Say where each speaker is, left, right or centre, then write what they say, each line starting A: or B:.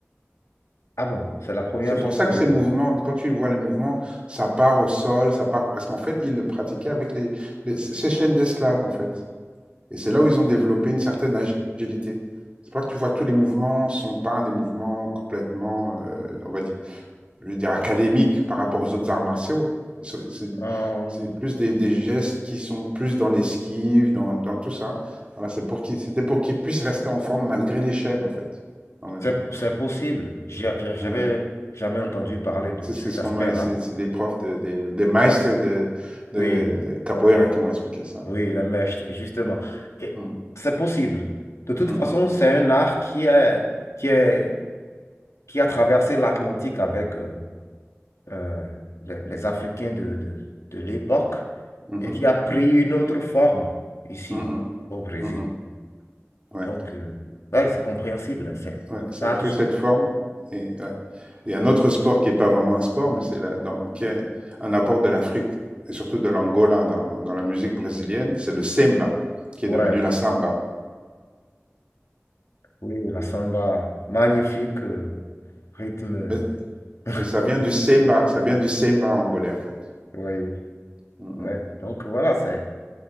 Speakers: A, on the left; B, on the right.
A: Ah bon, c'est la première
B: C'est pour
A: fois que
B: ça que ces mouvements, quand tu vois les mouvements, ça part au sol, ça part... Parce qu'en fait, ils le pratiquaient avec les, les- ces chaînes d'esclaves, en fait. Et c'est là où ils ont développé une certaine agilité. C'est pour ça que tu vois tous les mouvements sont pas des mouvements complètement, euh, on va dire. je veux dire, académiques par rapport aux autres arts martiaux. C'est c'est-
A: euh,
B: c'est plus des, des gestes qui sont plus dans l'esquive, dans, dans tout ça. Voilà, c'est pour qu'ils- c'était pour qu'ils puissent rester en forme malgré les chaînes, en fait, en même
A: c'est
B: temps.
A: c'est possible. J'ai- j'ai- J'avais
B: Voilà.
A: jamais entendu parler de
B: C'est c'est
A: cet
B: ce
A: aspect-là.
B: qu'on m'a, c'est c'est des profs, de- des, des maîtres de, de- de
A: Oui,
B: capoeira
A: mais
B: qui m'ont expliqué ça.
A: oui, le mestre, justement. Et
B: Mm.
A: c'est possible. De toute
B: Mm,
A: façon,
B: mm.
A: c'est un art qui est, qui est, qui a traversé l'Atlantique avec euh, euh, les, les Africains de, de, de l'époque
B: Mhm.
A: et qui a pris une autre forme ici
B: Mm, mm.
A: au Brésil.
B: Mm, mm. Ouais.
A: Donc, euh, ouais, c'est compréhensible, hein, c'est,
B: Ouais, ça
A: ça
B: a
A: a
B: pris
A: tout son
B: cette
A: sens.
B: forme. Et, ouais. Et un autre sport qui n'est pas vraiment un sport, mais c'est la- dans- qui est un apport de l'Afrique, et surtout de l'Angola dans, dans la musique brésilienne, c'est le semba, qui
A: Ouais.
B: est devenu la samba.
A: Oui, la samba, magnifique euh, rythme.
B: Mais,
A: <laughs>
B: mais ça vient du semba, ça vient du semba angolais, en fait.
A: Oui,
B: Mhm,
A: ouais. Donc voilà, c'est